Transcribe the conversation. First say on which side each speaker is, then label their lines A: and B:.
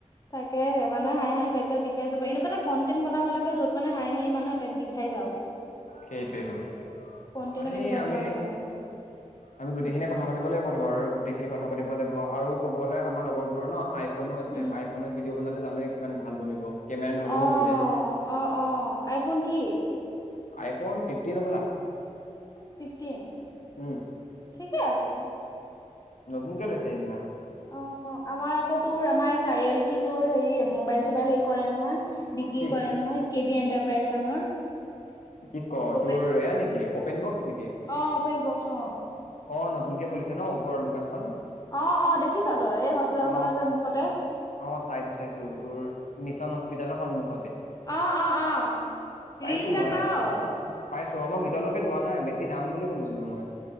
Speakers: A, on the left; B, on the left.
A: তাকেহে মানুহে হাঁহি হাঁহি পেত চেত বিষ খাই যাব একুৱা এটা কণ্টেট বনাব লাগ যত মানে হাঁহি হাঁহি মানুহে পেত বিষাই যাওক।
B: সেইটোৱেটো।
A: কন্টেন্টত
B: আৰে
A: এনেকুৱা
B: আমি
A: বনাব লাগে
B: আমি গোটেইখিনিয়ে কথা পাতিব লাগিব ধৰ আৰু গোটেইখিনি কথ কথা পাতি লাগিব আৰু ক'ব গলে আমাৰ লগৰবোৰৰ ন আই ফোনো আছে
A: উম,
B: আইফোনত ভিডিঅ' বনালে জানোৱেই কিমান ভাল বনিব কেমেৰা নহলেও
A: অ',
B: চলি যায়।
A: অ', অ', আইফোন কি?
B: আইফোন ফিফটিন হবলা?
A: ফিফটিন?
B: উম
A: ঠিকে আছে৷
B: নতুন কে লৈছে সেইদিনা৷
A: অ আমাৰ আকৌ তোৰ আমাৰ এই চাৰিআলিটো তোৰ হেৰি মোবাইল চোবাইল হেৰি কৰে নহয় বিক্ৰী
B: কি
A: কৰে নহয় কে বি এন্টাৰপ্ৰাইজ নামৰ
B: কি ক
A: অপেন
B: তোৰ এয়া নেকি অপেন বক্স নেকি
A: অ অপেন বক্স অ
B: অ নতু এনকে খুলিছে ন ওপৰৰ দোকানখন?
A: অ-অ দেখিছ তই এই হস্পিতেল
B: অ
A: খনৰ যে মুখতে?
B: অ চাইছো-চাইছো তোৰ মিছন হস্পিতেলৰ সন্মুখ
A: অ-অ-অ
B: চাইছো
A: ৰীল বিলাক
B: মই
A: পাৱ?
B: পাইছো মই ভিতৰলৈকে যোৱা নাই বেছি দাম বুলি শুনিছিলো মই৷